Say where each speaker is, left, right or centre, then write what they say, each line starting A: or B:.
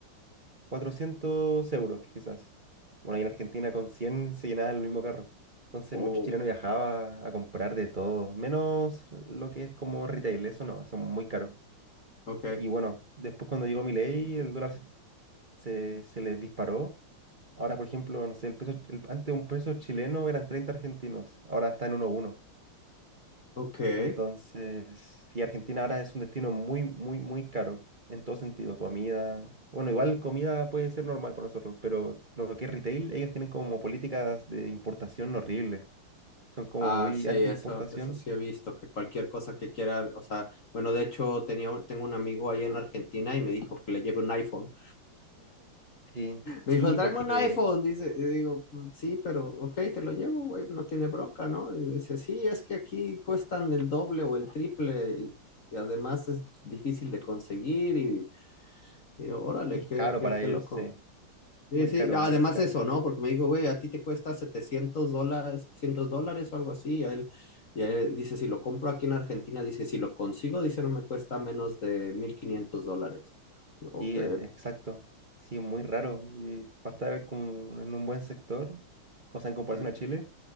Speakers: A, on the right (about 25°); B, on the left (about 40°).
A: 400 euros, quizás. Bueno, ahí en Argentina con 100 se llenaba el mismo carro. Entonces,
B: Oh,
A: muchos chilenos viajaba a comprar de todo, menos lo que es como retail, eso no, eso es muy caro.
B: okay,
A: Y bueno, después cuando llegó Milei, el dólar se, se, se le disparó. Ahora, por ejemplo, no sé, el peso, el- antes un peso chileno eran 30 argentinos, ahora está en uno uno
B: okay.
A: Entonces, y Argentina ahora es un destino muy, muy, muy caro en todo sentido, comida. Bueno, igual comida puede ser normal para nosotros, pero lo que es retail, ellos tienen como políticas de importación horribles. Son como
B: Ah,
A: muy
B: sí,
A: anti-importación.
B: eso, eso sí he visto, que cualquier cosa que quiera, o sea, bueno, de hecho tenía, un- tengo un amigo ahí en Argentina y me dijo que le lleve un iPhone.
A: Sí, sí,
B: Me dijo, tráeme
A: porque
B: un iPhone, dice, y digo, "Mm, sí, pero, ok, te lo llevo, güey, no tiene bronca, ¿no? Y dice, sí, es que aquí cuestan el doble o el triple y, y además es difícil de conseguir y, digo, órale,
A: es
B: qué,
A: caro
B: qué,
A: para
B: qué
A: ellos,
B: loco.
A: sí.
B: Sí,
A: Muy
B: sí,
A: caro,
B: además
A: muy caro.
B: eso, ¿no? Porque me dijo, güey, a ti te cuesta 700 dólares, 700 dólares o algo así. Y a él, y a él dice, si lo compro aquí en Argentina, dice, si lo consigo, dice, no me cuesta menos de mil quinientos dólares. Yo, Ok.
A: Sí, es, exacto. Sí, es muy raro. Y para estar como en un buen sector, cosa en comparación
B: Mm,
A: a Chile,